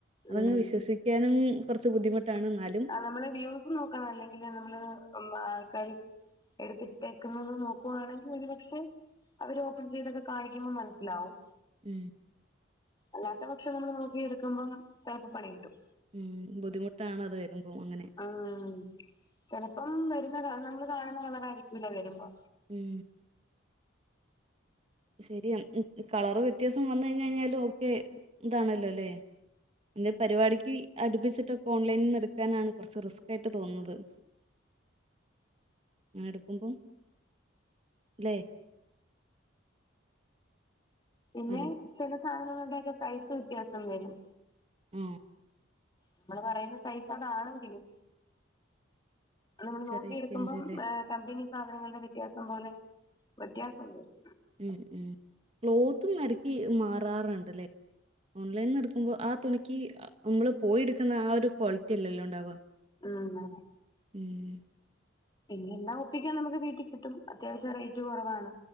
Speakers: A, on the right; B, on the left.
A: അതങ്ങ്
B: ഉം.
A: വിശ്വസിക്കാനും കൊറച്ച് ബുദ്ധിമുട്ടാണ് ഇന്നാലും
B: ആഹ് നമ്മള് വ്യൂസും നോക്കണം അല്ലെങ്കില് നമ്മള് ഉം ആൾക്കാര് എടുത്തിട്ടേക്കുന്നതും നോക്കുവാണെങ്കി ഒരു പക്ഷെ അവര് ഓപ്പൺ ചെയ്തൊക്കെ കാണിക്കുമ്പോ മനസ്സിലാവും.
A: ഉം
B: അല്ലാത്ത പക്ഷം നമ്മള് നോക്കി എടുക്കുമ്പം ചെലപ്പോ പണി കിട്ടും
A: ഉം ബുദ്ധിമുട്ടാണ് അത് വരുമ്പോ അങ്ങനെ
B: ആഹ് ചിലപ്പം വരുന്ന നമ്മള് കാണുന്ന കളറായിരിക്കില്ല വരുമ്പോ
A: ഉം ശരിയാ കളർ വ്യത്യാസം വന്ന് കഴിഞ്ഞ് കഴിഞ്ഞാലും ഓക്കെ ഇതാണല്ലോ അല്ലേ എന്തേലും പരിപാടിക്ക് അടുപ്പിച്ചിട്ടൊക്കെ ഓൺലൈനിൽ നിന്ന് എടുക്കാനാണ് കുറച്ച് റിസ്ക് ആയിട്ട് തോന്നുന്നത് ആഹ് എടുക്കുമ്പോ ല്ലേ
B: പിന്നെ
A: ഹലോ
B: ചില സാധനങ്ങളുടെയൊക്കെ സൈസ് വ്യത്യാസം വരും
A: ആഹ്
B: നമ്മള് പറയുന്ന സൈസ് അതാണെങ്കിലും അത് നമ്മള്
A: ചെറിയ
B: നോക്കിയെടുക്കുമ്പം
A: ചേഞ്ച് അല്ലേ
B: ഏഹ് കമ്പനി സാധനങ്ങളുടെ വ്യത്യാസം പോലെ വ്യത്യാസം വരും
A: മ്മ് മ്മ് ക്ലോത്തും എടയ്ക്ക് മാറാറുണ്ടല്ലേ ഓൺലൈനിൽ നിന്ന് എടുക്കുമ്പോ ആ തുണിക്ക് നമ്മള് പോയി എടുക്കുന്ന ആ ഒരു ക്വാളിറ്റി അല്ലല്ലോ ഉണ്ടാവാ
B: ആണോ
A: മ്മ്
B: പിന്നെ എല്ലാം ഒപ്പിക്കാൻ നമുക്ക് വീട്ടിൽ കിട്ടും അത്യാവശ്യം റേറ്റ് കുറവാണ്